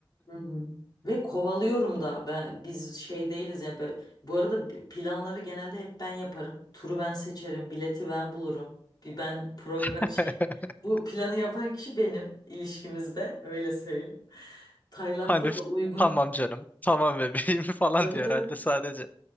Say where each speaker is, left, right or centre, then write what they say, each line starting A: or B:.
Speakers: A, on the left; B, on the left.
A: Hı hı. Ve kovalıyorum da ben biz şey değiliz ya be- bu arada b- planları genelde hep ben yaparım. Turu ben seçerim, bileti ben bulurum. Bir ben program
B: <laughs>
A: şey bu planı yapan kişi benim ilişkimizde öyle söyleyeyim. Tayland'da
B: Hani
A: da uygun
B: tamam canım, tamam bebeğim <laughs> falan
A: tabii
B: diyor
A: tabii.
B: herhalde sadece.